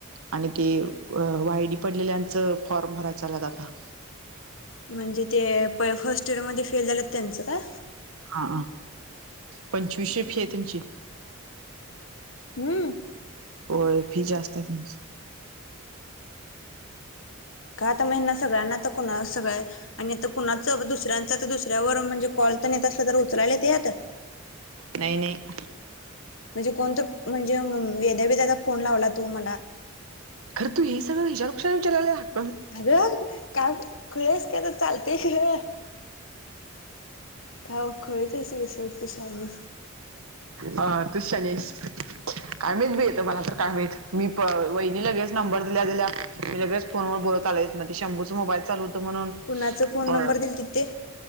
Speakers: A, on the right; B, on the left.
A: आणि ते अ वाय डी पडलेल्यांचं फॉर्म भराय चालूयत आता.
B: म्हणजे ते प फर्स्ट इयर मध्ये फेल झालेत त्यांचं का?
A: हा, पंचवीशशे फी आहे त्यांची.
B: हम्म.
A: होय फी जास्त हाय त्यांचं.
B: का आता महिना सगळ्यांना तर कोणालाच सगळे आणि आता कुणाचं दुसऱ्यांचा तर दुसऱ्यावर म्हणजे कॉल तेन येत असला तर उचलायला येतेत.
A: नाही नाही.
B: म्हणजे कोणतर म्हणजे वेद्या बिद्या ला फोन लावला तू म्हणा
A: खरं तू हे सगळं विज्याला कशाला विचाराय लागल्या?
B: अगं, का खुळी हायस का चाल तय गं, था खुळीच हायस बघ सोड तु सानू.
A: हा तूच शहाणी हायस. काय मायत बी आता मला तर काय मायत, मी प वहिनी लगेच नंबर दिल्या दिल्या मी लगेच फोनवर बोलत आलोय म तेच, शंभूच मोबाईल चालू होतं म्हणून
B: कुणाचं फोन
A: अ
B: नंबर दिलतीत ते?